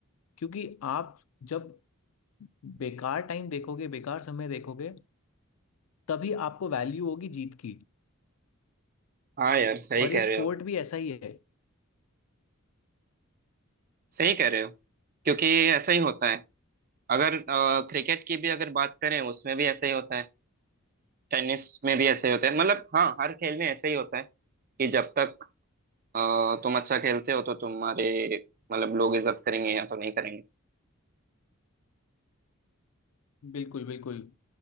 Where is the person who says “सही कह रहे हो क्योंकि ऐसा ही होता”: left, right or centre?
Right